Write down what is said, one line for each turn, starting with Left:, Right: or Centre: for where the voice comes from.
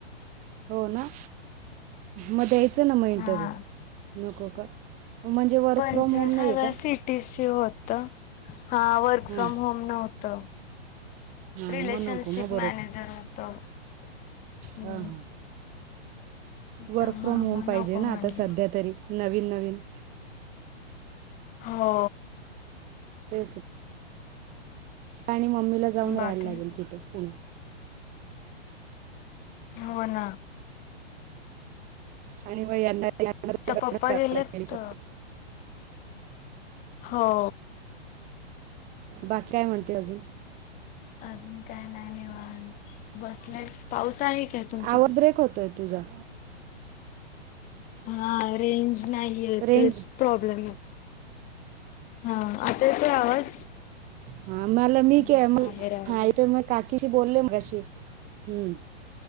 Right: हो ना म द्यायचं ना म
Left: हा
Right: इंटरव्ह्यू नको का. म्हणजे वर्क
Left: पंचवीस
Right: फ्रॉम होम नाही
Left: हजार
Right: आहे का?
Left: सीटीसी होत हा वर्क फ्रॉम
Right: हां
Left: होम नव्हतं.
Right: हां
Left: रिलेशनशिप
Right: मग नको मग
Left: मॅनेजर होतं. हम्म
Right: हा हा
Left: त्यामुळे
Right: वर्क फ्रॉम होम
Left: मग
Right: पाहिजे
Left: नको म्हणले
Right: ना आता सध्या तरी नवीन नवीन
Left: हो
Right: तेच आणि मम्मीला जाऊन
Left: बाकी
Right: राहायला लागेल तिथ पुण्यात
Left: हो ना
Right: आणि म यांना यांना दोघांना
Left: आता पप्पा
Right: राहायला
Left: गेलेत
Right: लागेल इथं.
Left: हो
Right: बाकी काय म्हणते आजून?
Left: आजून काय नाही निवात बसले पाऊस आहे काय तुमच्याकडे
Right: आवाज ब्रेक होतोय तुझा
Left: हा रेंज नाहीय
Right: रेंज
Left: तेच प्रॉब्लेम हा आता येतोय आवाज?
Right: हा मला मी
Left: हा
Right: के मला
Left: बाहेर आले.
Right: हा येतोय मग काकीशी बोले मगाशी हुं